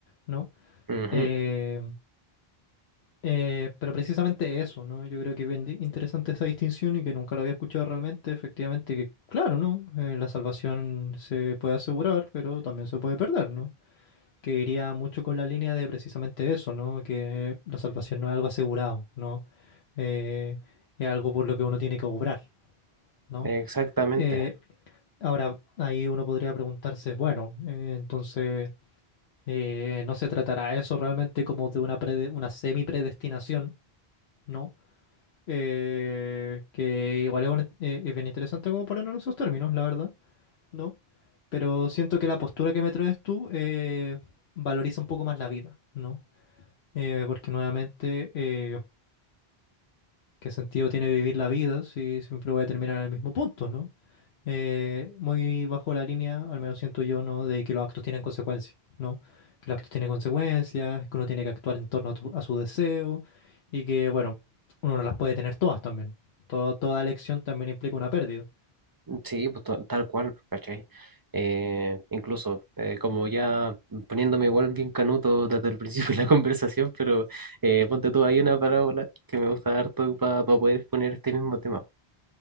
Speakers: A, on the left (about 85°); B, on the right (about 35°).
A: ¿no?
B: Ujú,
A: Eh, Eh, pero precisamente eso, ¿no? Yo creo que es bien di- interesante esa distinción y que nunca lo había escuchado realmente, efectivamente, que claro, ¿no? Eh, la salvación se puede asegurar, pero también se puede perder, ¿no? Que iría mucho con la línea de precisamente eso, ¿no? Que la salvación no es algo asegurado, ¿no? Eh, es algo por lo que uno tiene que obrar, ¿no?
B: Exactamente.
A: Eh, ahora, ahí uno podría preguntarse, bueno, eh, entonces, eh, ¿no se tratará eso realmente como de una, prede- una semi-predestinación? ¿no? Eh, que igual es, un- eh, es bien interesante como ponerlo en esos términos, la verdad, ¿no? Pero siento que la postura que me traes tú eh, valoriza un poco más la vida, ¿no? Eh, porque nuevamente eh, ¿Qué sentido tiene vivir la vida si siempre voy a terminar en el mismo punto, ¿no? Eh, muy bajo la línea, al menos siento yo, ¿no? De que los actos tienen consecuencias, ¿no? Que los actos tienen consecuencias, que uno tiene que actuar en torno a, tu- a su deseo y que, bueno, uno no las puede tener todas también. Todo- toda elección también implica una pérdida.
B: Sí, pues to- tal cual, ¿cachai? Eh, incluso, eh, como ya poniéndome igual bien canuto desde el principio <laughs> de la conversación, pero eh, ponte tú, hay una parábola que me gusta harto para poder exponer este mismo tema,